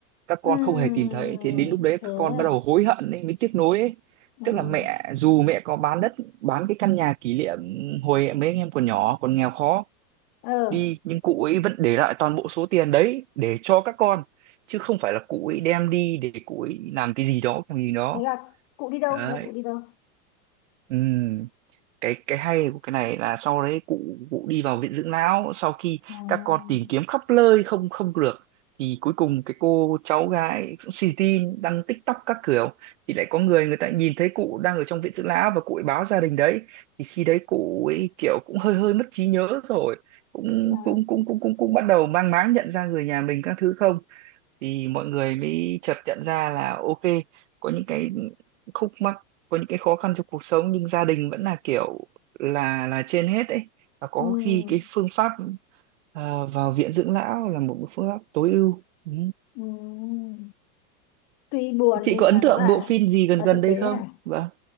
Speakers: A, on the right (about 45°); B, on the left (about 35°).
A: các
B: ừ
A: con không hề tìm thấy thế đến lúc đấy
B: thế
A: các con bắt
B: à
A: đầu hối hận ấy, mới tiếc nuối ấy
B: ừ
A: tức là mẹ dù mẹ có bán đất bán cái căn nhà kỷ niệm hồi mấy anh em còn nhỏ còn nghèo khó
B: ờ
A: đi nhưng cụ ấy vẫn để lại toàn bộ số tiền đấy để cho các con chứ không phải là cụ ấy đem đi để cụ ấy làm cái gì đó cái gì đó
B: thế là cụ đi đâu
A: đấy
B: thế là cụ đi đâu
A: ừ cái cái hay của cái này là sau đấy cụ cụ đi vào viện dưỡng lão sau khi
B: à,
A: các con tìm kiếm khắp nơi không không được thì cuối cùng cái cô cháu gái xì tin đăng TikTok các kiểu thì lại có người người ta nhìn thấy cụ đang ở trong viện dưỡng lão và cụ ấy báo gia đình đấy thì khi đấy cụ ấy kiểu cũng hơi hơi mất trí nhớ rồi cũng
B: à,
A: cũng cũng cũng cũng cũng bắt đầu mang máng nhận ra người nhà mình các thứ không thì mọi người mới chợt nhận ra là ok có những cái khúc mắc có những cái khó khăn trong cuộc sống nhưng gia đình vẫn là kiểu là là trên hết ấy và có
B: ừ
A: khi cái phương pháp ờ, vào viện dưỡng lão là một cái phương pháp tối ưu ừ.
B: ừ tuy buồn
A: Chị
B: nhưng
A: có
B: mà
A: ấn tượng
B: nó là
A: bộ phim gì gần
B: là
A: gần
B: thực
A: đây
B: tế
A: không
B: hả
A: vâng